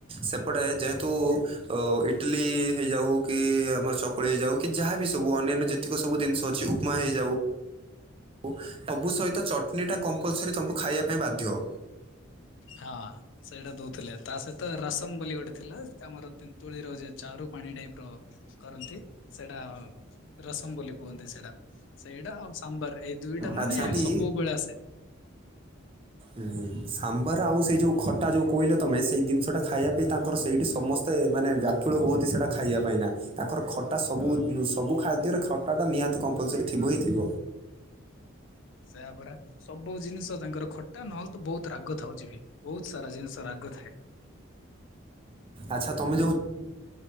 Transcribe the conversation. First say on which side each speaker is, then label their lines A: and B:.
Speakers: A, on the right; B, on the left.
A: ସେପଟେ ଯେହେତୁ। ଅ ଇଟଲିି ହେଇଯାଉ କି ଆମର ଚକୁଳି ହେଇଯାଉ କି ଯାହାବି ସବୁ ଅନ୍ୟାନ୍ୟ ଯେ ତିକ ସବୁ ଜିନିଷ ଅଛି ଉପମା ହେଇଯାଉ। ଉ ସବୁ ସହିତ ଚଟଣିଟା କମ୍ପଲସରି ତମକୁ ଖାଇବା ପାଇଁ ବାଧ୍ୟ।
B: ହଁ। ସେଇଟା ଦଉଥିଲେ ତା ସହିତ ରସମ ବୋଲି ଗୋଟେ ଥିଲା ଆମର ତେନ୍ତୁଳିର ଯେ ଚାରୁ ପାଣି ଟାଇପର। କରନ୍ତି ସେଇଟା ରସମ ବୋଲି କୁହନ୍ତି ସେଇଟା ସେଇଟା ଆଉ ସାମ୍ବର ଏଇ ଦୁଇଟା ମାନେ
A: ଆଚ୍ଛା ଟି
B: ସବୁବେଳେ ଆସେ।
A: ହୁଁ ସାମ୍ବର ଆଉ ସେ ଯଉ ଖଟା ଯଉ କହିଲ ତମେ ସେଇ ଜିନିଷଟା ଖାଇବା ପାଇଁ ତାଙ୍କର
B: ହଁ
A: ସେଇଠି ସମ ତେ ମାନେ ବ୍ୟାକୁୁଳ ହୁଅନ୍ତି ସେଇଟା ଖାଇବା ପାଇଁ ନା ତାଙ୍କର ଖଟା ସବୁ
B: ହଁ।
A: ଉଁ ସବୁ ଖାଦ୍ୟରେ ଖ ଖଟା ନିହାତି କମ୍ପଲସରି ଥିବ ହିଁ ଥିବ।
B: ସେୟା ପରା ସବୁ ଜିନିଷ ତାଙ୍କର ଖଟା ନହେଲେ ତ ବହୁତ ରାଗ ଥାଉଚିବି। ବହୁତ ସାରା ଜିନିଷ ରାଗ ଥାଏ।
A: ଆଚ୍ଛ ତମେ ଯୋଉ।